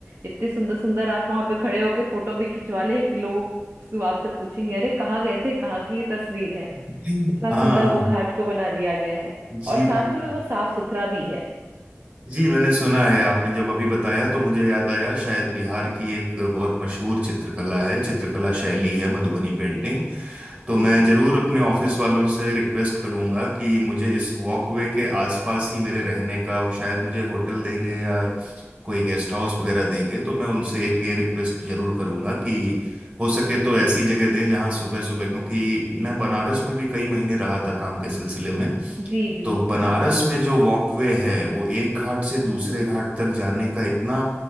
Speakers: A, on the right; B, on the right.
A: इतने सुंदर सुंदर आप वहां पे खड़े होके फोटो भी खिंचवा ले कि लोगों को आपसे पूछेंगे अरे कहाँ गए थे कहाँ की ये तस्वीर है
B: <laughs>
A: इतना
B: हाँ
A: सुंदर वो घाट को बना दिया गया है
B: जी
A: और साथ
B: जी
A: में वो साफ सुथरा भी है
B: जी मैंने सुना है आपने जब अभी बताया तो मुझे याद आया शायद बिहार की एक बहुत मशहूर चित्रकला है चित्रकला शैली है मधुबनी पेंटिंग
A: जी
B: तो मैं
A: जी
B: जरूर अपने ऑफिस वालों से रिक्वेस्ट करूंगा कि मुझे इस वॉकवे के आसपास ही मेरे रहने का वो शायद मुझे होटल देंगे या कोई गेस्ट हाउस वगैरह देंगे तो मैं उनसे एक ये रिक्वेस्ट जरूर करूंगा कि हो सके
A: जी
B: तो ऐसी जगह दें जहां सुबह सुबह क्योंकि मैं बनारस में भी कई महीने रहा था काम के सिलसिले में
A: जी जी
B: तो बनारस
A: जी
B: में जो वॉकवे है वो एक घाट से दूसरे घाट तक जाने का इतना